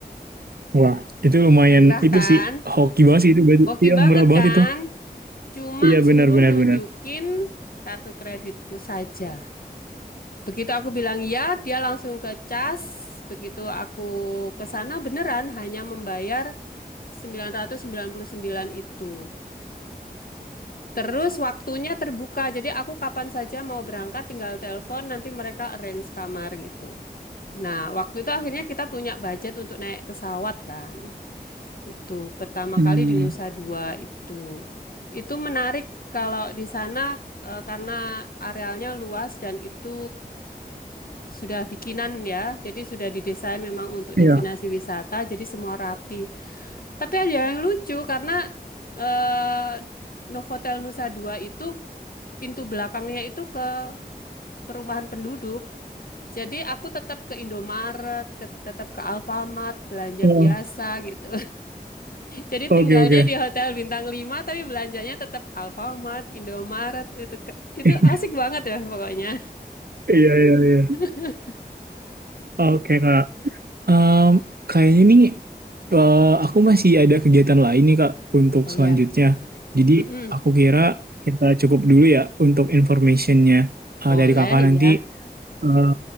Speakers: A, on the right; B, on the left.
A: Wah, Itu lumayan,
B: Murah
A: itu
B: kan?
A: sih hoki banget sih itu berarti.
B: Oke
A: Iya
B: banget
A: murah banget
B: kan?
A: itu.
B: Cuma
A: Iya
B: suruh
A: benar benar
B: nunjukin
A: benar.
B: kartu kreditku saja. Begitu aku bilang ya, dia langsung ke cas. Begitu aku ke sana beneran hanya membayar 999 itu. Terus waktunya terbuka, jadi aku kapan saja mau berangkat tinggal telepon, nanti mereka arrange kamar gitu. Nah, waktu itu akhirnya kita punya budget untuk naik pesawat kan. Itu pertama
A: hmm,
B: kali di Nusa Dua itu. Itu menarik kalau di sana eh, karena arealnya luas dan itu sudah bikinan ya. Jadi sudah didesain memang untuk
A: iya.
B: destinasi wisata, jadi semua rapi. Tapi ada yang lucu karena eh, Novotel Nusa Dua itu pintu belakangnya itu ke perumahan penduduk. Jadi aku tetap ke Indomaret, ke, tetap ke Alfamart, belanja
A: Oh,
B: biasa gitu. Jadi
A: oke
B: tinggalnya
A: oke.
B: di hotel bintang 5, tapi belanjanya tetap Alfamart, Indomaret itu ke- itu
A: <laughs>
B: asik banget ya pokoknya.
A: Iya iya iya.
B: <laughs>
A: Oke Kak. Em, kayaknya nih eh, aku masih ada kegiatan lain nih Kak untuk
B: Oh iya.
A: selanjutnya. Jadi
B: Mm-mm.
A: aku kira kita cukup dulu ya untuk informationnya eh,
B: Boleh
A: dari Kakak nanti
B: ya.
A: eh,